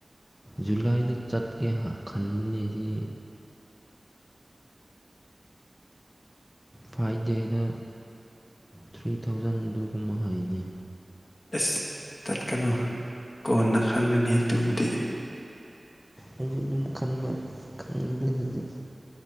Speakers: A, in the centre; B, on the left.
A: ꯖꯨꯂꯥꯏꯗ ꯆꯠꯀꯦ ꯈꯟꯕꯅꯦ ꯁꯤ ꯐꯥꯏꯚ ꯗꯦꯗ ꯊ꯭ꯔꯤ ꯊꯥꯎꯖꯟ ꯑꯗꯨꯒꯨꯝꯕ ꯍꯩꯅꯤ
B: ꯑꯦꯁ ꯆꯠꯀꯅꯨ ꯀꯣꯟꯅ ꯈꯪꯉꯅꯤ ꯑꯗꯨꯕꯨꯗꯤ
A: ꯑꯩꯁꯨ ꯑꯗꯨꯝ ꯈꯟꯕ ꯈꯪꯗꯦ ꯍꯧꯛ